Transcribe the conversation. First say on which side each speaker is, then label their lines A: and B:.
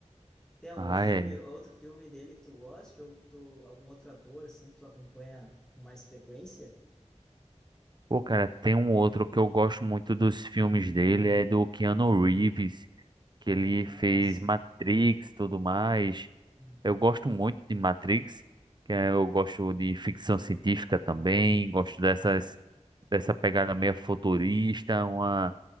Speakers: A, in the centre; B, on the right.
A: Tem algum
B: Ah,
A: filme,
B: é.
A: outro filme dele que tu goste, ou que tu, algum outro ator, assim, que tu acompanha com mais frequência?
B: Pô, cara, tem um outro que eu gosto muito dos filmes dele, é do Keanu Reeves, que ele
A: Ah,
B: fez
A: sim.
B: Matrix, tudo mais.
A: Uhum.
B: Eu gosto muito de Matrix, que é- eu gosto de ficção científica também, gosto dessas dessa pegada meio futurista, uma,